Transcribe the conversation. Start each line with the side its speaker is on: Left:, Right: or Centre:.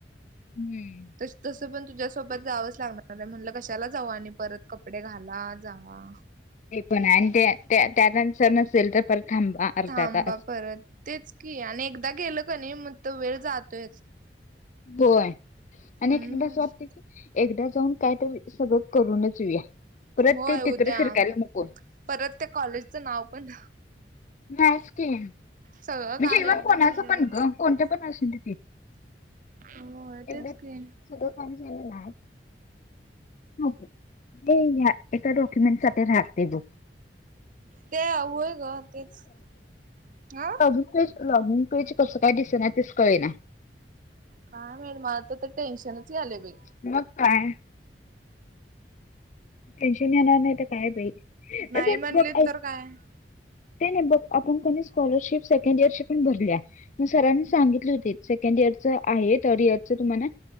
Left: हम.
Right: तस - तसं पण तुझ्यासोबत जावंच लागणारय. म्हणलं, कशाला जाऊ? आणि परत कप कपडे घाला, जावा.
Left: ते पनाय. अन् त्या- त्या त्यात सर नसेल तर, परत थांबा अर्धा
Right: थांबा
Left: तास.
Right: परत, तेच. की अन् एकदा गेलं कनय, मग तो वेळ जातोयच.
Left: होय. अन्
Right: म्हणूनच
Left: एक - एकदा असं वाटतंय की, एकदा जाऊन कायतरी, सगळं करूनच येऊया. परत
Right: होय
Left: ते,
Right: उद्या
Left: तीत्र फिरकायला नको.
Right: परत त्या कॉलेजचं नाव पण
Left: नायच की. म्हणजे
Right: सगळं काम
Left: इव्हन
Right: एकदाच
Left: कोणाचं
Right: झालेलं
Left: पण ग. कोणतं पण असुदे की.
Right: होय
Left: एकदा
Right: तेच की
Left: सगळं <unintelligible> नाही, या एका डॉक्युमेंट्साठी राहतय बघ.
Right: ते, होय ग. तेच. <unintelligible> आ
Left: होम पेज लॉगिन पेज कसं काय दिसेना तेच कळेना.
Right: काय माहित मला तर ते टेन्शनच यालंय बाई.
Left: मग काय टेन्शन येणार नाही तर काय बाई
Right: नाही
Left: रट
Right: म्हणली
Left: बघ ऐक
Right: तर काय
Left: ते नाही बघ आपण पण ये स्कॉलरशिप सेकंड इयरचे पण भरल्या म सरांनी सांगितले होते सेकंड इयरचं आहे थर्ड इयरचं तुम्हाना